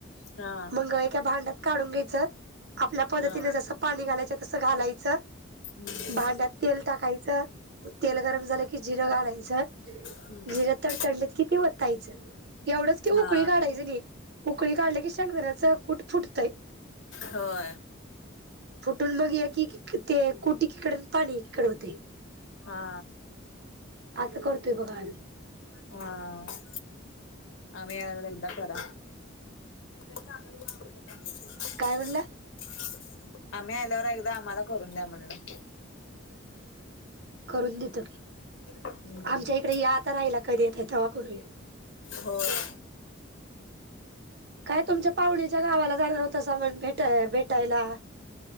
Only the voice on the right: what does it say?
मंग एका भांडात काढून घे‌ आपल्या पद्धतीने
जसं पाणी घालायचं तसं घालायचं
भांड्यात तेल, तेल गरम झालं की जिरं घालायचं
जिर तड तडलीत कि ती वतायचं. एवढंच की उकळी
काढायचं नाही उकळी काढली की शेंगदाण्याच कुट फुटतंय.
फुटून मग एक एककी ते कुट ऐकीकडं आणि पाणी ऐकीकडं होतंय.
असं करतोय बघा आम्ही.
काय
म्हणला?
करून देतो की
आमच्या इकडं या आता राहिला, कधी येत्याय तेवा करूया.
काय तुमच्या पाहुणीच्या गावाला जाणार होतसा म्हणं भेटा भेटायला?